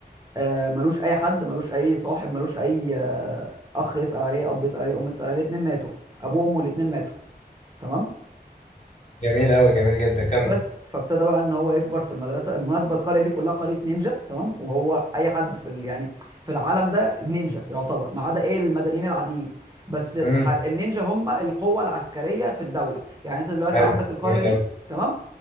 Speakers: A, on the right; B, on the left.
A: آه ملوش اي حد ملوش اي صاحب ملوش اي آه اخ يسأل عليه اب يسأل عليه ام تسأل عليه الاتنين ماتوا ابوه وامه الاتنين ماتوا تمام
B: جميل اوي جميل جدا كمل
A: بس فابتدى بقى ان هو يكبر في المدرسه بالمناسبه القريه دي كلها قريه نينجا تمام وهو اي حد في ال... يعني في العالم ده نينجا يعتبر ما عدا ايه المدنيين العاديين بس
B: امم
A: ح... النينجا هم القوه العسكريه في الدوله يعني انت دلوقتي
B: حلو
A: عندك القريه
B: جميل
A: دي
B: اوي
A: تمام